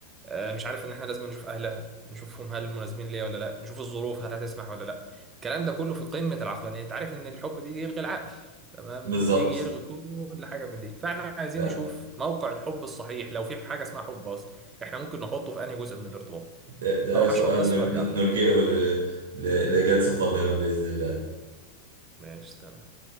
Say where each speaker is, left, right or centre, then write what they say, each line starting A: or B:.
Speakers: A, on the right; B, on the right.
A: آه، مش عارف ان احنا لازم نشوف اهلها نشوفهم هل مناسبين ليا ولا لا نشوف الظروف هل هتسمح ولا لا الكلام ده كله في قمة العقلانية انت عارف ان الحب بيجي يلغي العقل تمام
B: بالظبط
A: يجي يلغي كل حاجة من دي فاحنا عايزين
B: ده
A: نشوف موقع الحب الصحيح لو في حاجة اسمها حب اصلا احنا ممكن نحطه في انهي جزء من الارتباط
B: ده ده
A: اروح اشرب
B: سؤال
A: بس
B: نل-
A: وارجع لك
B: نلجئه ل- ل- لجلسة قادمة بإذن الله
A: ماشي تمام